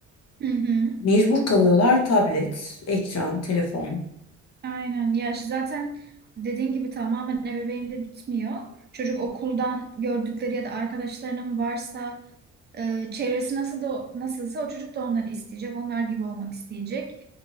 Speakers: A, on the right; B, on the left.
A: Hı hı.
B: Mecbur kalıyorlar tablet, ekran, telefon.
A: Aynen. Ya şu zaten dediğin gibi tamamen ebeveynde bitmiyor. Çocuk okuldan gördükleri ya da arkadaşlarının varsa e, çevresi nasıl da nasılsa o çocuk da onları isteyecek. Onlar gibi olmak isteyecek.